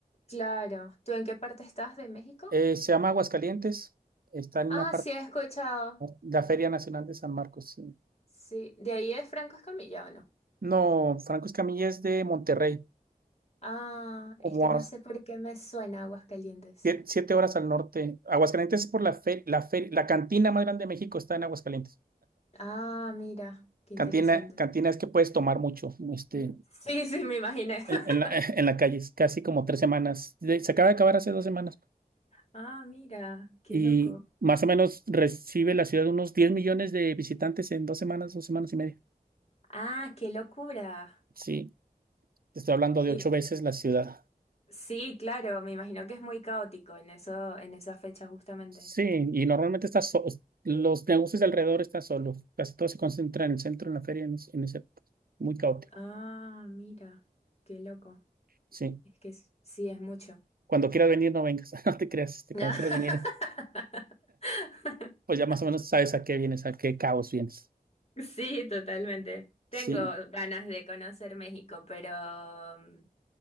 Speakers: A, on the left (about 40°); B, on the right (about 70°).
A: Claro, ¿tú en qué parte estás de México?
B: Eh, se llama Aguascalientes, está en una
A: Ah,
B: parte,
A: sí, he escuchado.
B: la Feria Nacional de San Marcos. sí.
A: Sí, ¿de ahí es Franco Escamilla o no?
B: No, Franco Escamilla es de Monterrey,
A: Ah,
B: como
A: es que no
B: a
A: sé por qué me suena Aguascalientes.
B: sie- siete horas al norte. Aguascalientes es por la fe, la fe- la cantina más grande de México está en Aguascalientes.
A: Ah, mira, qué
B: Cantina,
A: interesante.
B: cantina es que puedes tomar mucho, este,
A: Sí, sí, me imaginé. <laughs>
B: en, en la, <laughs> en la calle, es casi como tres semanas. De- Se acaba de acabar hace dos semanas
A: Ah, mira, qué
B: y
A: loco.
B: más o menos recibe la ciudad unos 10 millones de visitantes en dos semanas, dos semanas y media.
A: Ah, qué locura.
B: Sí, te estoy hablando de
A: Y,
B: ocho veces la ciudad.
A: sí, claro, me imagino que es muy caótico en eso, en esa fecha justamente.
B: Sí, y normalmente está so- los negocios de alrededor están solos. Casi todo se concentra en el centro, en la feria, en, ese, en ese- muy caótico.
A: Ah, mira, qué loco.
B: Sí.
A: Es que es- sí, es mucho.
B: Cuando quieras venir, no vengas. <laughs> No te creas. este,
A: <laughs>
B: Cuando quieras venir, pues ya más o menos sabes a qué vienes, a qué caos vienes.
A: Sí, totalmente. Tengo
B: Sí.
A: ganas de conocer México, pero mm,